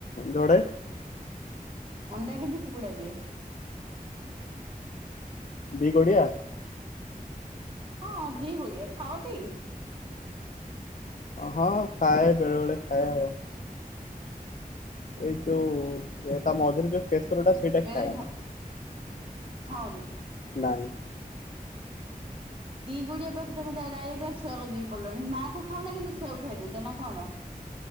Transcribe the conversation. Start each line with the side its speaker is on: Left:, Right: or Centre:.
Left: ଝଡ଼େ।
Right: ଅଣ୍ଡା କିନ୍ତୁ କୁକୁଡ଼ା ଦିଏ।
Left: ଦି ଗୋଡିଆ।
Right: ହଁ ଦି ଗୋଡିଆ ଖାଅଟି?
Left: ହଁ ଖାଏ ବେଳେ ବେଳେ ଖାଏ ଆଉ। ଏଇ ଯୋଉ ଏ ତା ମଝିରେ ଯୋଉ। କେଶର ଟା ସେଇଟା
Right: ବେଳେ
Left: ଖାଏନା
Right: ଖାଅ ଖାଅନି
Left: ନାଇଁ।
Right: ଦି ଗୋଡିଆ ପାଖରୁ ତମେ ତ ଡାଇରେକ୍ଟ ତା ଛୁଆ କତିକି ପଳେଇଲଣି ମା କୁ ଖାଅନା କିନ୍ତୁ ଛୁଆକୁ ଖାଇ ଦଉଛ ନା କଣ।